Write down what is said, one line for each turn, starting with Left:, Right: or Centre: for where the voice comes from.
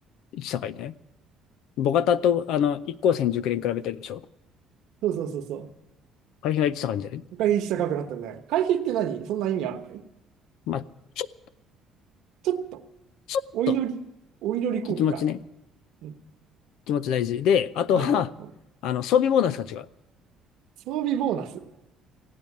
Left: 1高いね。母型と、あの、一光線熟練比べてるでしょ。
Right: そうそうそうそ
Left: 会費が一高いんじゃない
Right: う。回避した高くなったね。回避って何そんな意味あるのかい
Left: まあ、ちょ、
Right: ちょっと、
Left: ちょっと、
Right: お祈り、お祈り効果か。
Left: 気持ちね。
Right: うん、
Left: 気持ち大事。で、あとは、
Right: なるほど、うん。
Left: あの、装備ボーナスが違う。
Right: 装備ボーナス。